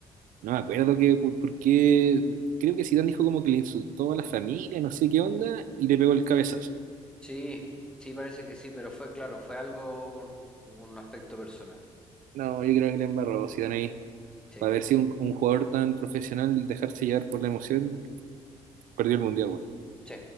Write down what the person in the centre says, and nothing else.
Sí, sí, parece que sí, pero fue, claro, fue algo, un, un aspecto personal.
Sí,
sí,